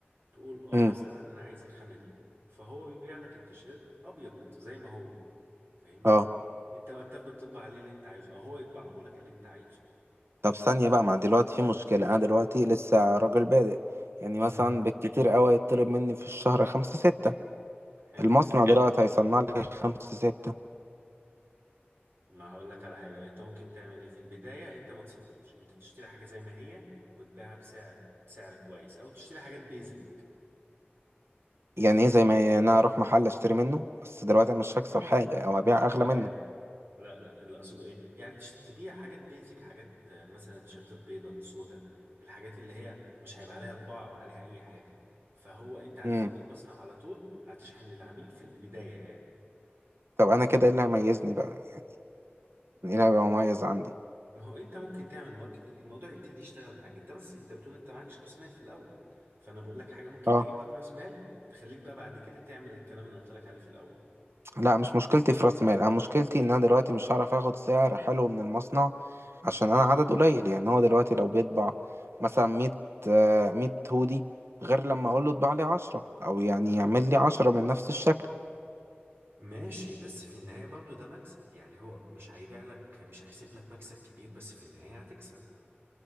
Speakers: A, on the right; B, on the right.
A: تقول اه
B: امم
A: مثلا انا عايز الخامة دي فهو بيبيع لك التيشيرت ابيض زي ما هو فاهمني
B: اه
A: انت بقى بتاخده بتطبع عليه اللي انت عايزه او هو يطبعه لك اللي انت عايزه
B: طب ثانية بقى ما دلوقتي في مشكلة انا دلوقتي لسه راجل بادئ يعني مثلا
A: امم
B: بالكتير قوي هيطلب مني في الشهر خمسة ستة
A: حلو
B: المصنع حلو دلوقتي هيصنع لي خمسة ستة
A: ما هقول لك على حاجة انت ممكن تعمل ايه في البداية انت ما تصممش انت تشتري حاجة زي ما هي وتبيعها بسعر بسعر كويس او تشتري حاجات بيزك
B: يعني ايه زي ما هي يعني انا اروح محل اشتري منه بس دلوقتي انا مش
A: لا
B: هكسب
A: يعني
B: حاجه او هبيع
A: لا
B: اغلى منه
A: يعني لا لا اللي اقصده ايه يعني تش- تبيع حاجات بيزك حاجات آه، مثلا تيشيرتات بيضة سودة الحاجات اللي هي مش هيبقى عليها طباعة او عليها اي حاجة فهو انت هتاخد
B: امم
A: من المصنع على طول هتشحن للعميل في البداية يعني
B: طب انا كده ايه اللي هيميزني بقى يعني ايه اللي هيبقى مميز عندي
A: ما هو انت ممكن تعمل ماركتنج الموضوع يبتدي يشتغل معاك انت بس انت بتقول انت معكش راس مال في الاول فانا بقول لك حاجة ممكن
B: اه
A: تجيب لك راس مال تخليك بقى بعد كده تعمل الكلام اللي أنا قلت لك عليه في الاول
B: لا مش مشكلتي في راس مال انا مشكلتي ان انا دلوقتي مش هعرف اخد سعر حلو من المصنع عشان انا عدد قليل يعني هو دلوقتي لو بيطبع مثلا 100 آه، 100 هودي غير لما اقول له اطبع لي 10 او يعني يعمل لي 10 من نفس الشكل
A: ماشي بس في النهاية برضو ده مكسب يعني هو مش هيبيع لك مش هيسيب لك مكسب كبير بس في النهاية هتكسب